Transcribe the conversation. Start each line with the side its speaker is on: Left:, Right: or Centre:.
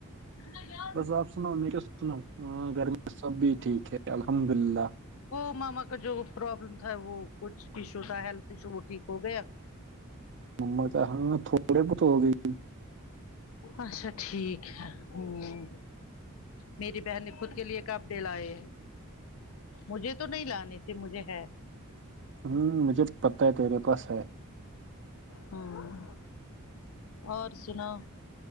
Left: <unintelligible>
Right: بس آپ سنا میں کیا سناؤں ہاں گھر میں سب بھی ٹھیک ہے الحمد للہ
Left: وہ ماما کا جو پرابلم تھا وہ کچھ ایشو تھا ہیلتھ ایشو وہ ٹھیک ہو گیا
Right: مطلب ہاں تھوڑے بہت تو ہو گئی
Left: اچھا ٹھیک ہے ہمم میری بہن نے خود کے لیے کپڑے لائے ہیں مجھے تو نہیں لانے تھے مجھے ہے
Right: ہمم مجھے پتا ہے تیرے پاس ہے
Left: ہمم اور سناو